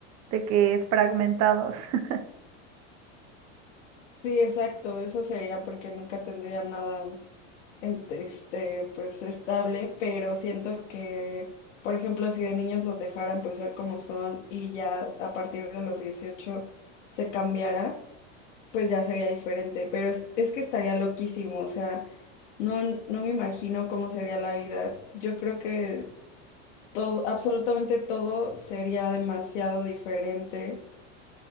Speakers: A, on the right (about 45°); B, on the left (about 80°).
A: de que fragmentados. <laughs>
B: Sí, exacto, eso sería porque nunca tendrían nada en- este, pues estable, pero siento que, por ejemplo, si de niños los dejaran pues ser como son y ya a partir de los 18 se cambiara pues ya sería diferente, pero es, es que estaría loquísimo, o sea, no, no me imagino cómo sería la vida. Yo creo que todo, absolutamente todo sería demasiado diferente